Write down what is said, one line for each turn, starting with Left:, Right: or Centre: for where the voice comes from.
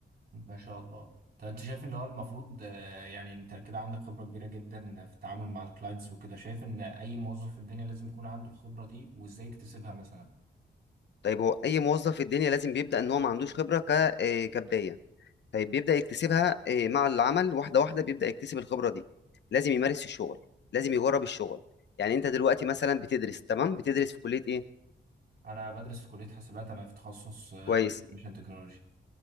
Right: ما شاء الله طب انت شايف ان هو المفروض آه، يعني انت كده عندك خبره كبيره جدا في التعامل مع الكلاينتس وكده شايف ان اي موظف في الدنيا لازم يكون عنده الخبره دي وازاي يكتسبها مثلا
Left: طيب هو اي موظف في الدنيا لازم بيبدا ان هو ما عندوش خبره ك آه، كبدايه طيب بيبدأ يكتسبها آه، مع العمل واحدة واحدة بيبدأ يكتسب الخبرة دي لازم يمارس في الشغل لازم يجرب الشغل يعني انت دلوقتي مثلا بتدرس تمام بتدرس في كلية ايه
Right: انا بدرس في كليه حاسبات انا في تخصص انفورميشن
Left: كويس
Right: تكنولوجي